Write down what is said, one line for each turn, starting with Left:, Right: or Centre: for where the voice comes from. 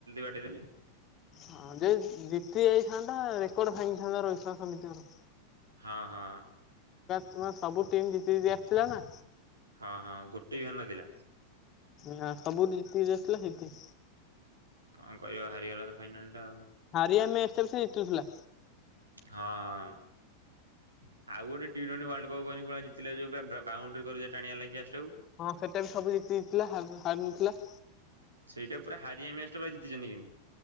Right: ବାଡିଦେଲେ।
Left: ହଁ ଯେ ଜିତି ଯାଇଥାନ୍ତା ରେକର୍ଡ ଭାଙ୍ଗିଥାନ୍ତା ରୋହିତ ଶର୍ମା ସମିତିଙ୍କର
Right: ହଁ ହଁ।
Left: ତମର ସବୁ ଟିମ୍ ଜିତିି ଜିତି ଆସିଥିଲା ନା।
Right: ହଁ ହଁ ଗୋ <unintelligible> ନଥିଲା।
Left: ନା ସବୁ ଜିତି ଆସିଲ ସେଠି
Right: କଣ କରିବ ହାରିଗଲା ତ ଫାଇନାଲ ଟା ଆଉ।
Left: ହାରି ଆମେ <unintelligible> ଜିତୁଥିଲା।
Right: ହଁ ହଁ। ଆଉ ଗୋଟେ ଟି ଟ୍ବେଣ୍ଟି ୱର୍ଲ୍ଡ କପ୍ ଜିତିଲେ ଯୋଉ ପୁରା ବାଉଣ୍ଡି କରୁ ଟାଣିଆ ଲାଗି ଆସ
Left: ହଁ ସେଟା ବି ସବୁ ଜିତିଥିଲା ହାରିିନଥିଲା।
Right: ସେଇଟା ପୁରା ହାରି ଆମେ <unintelligible>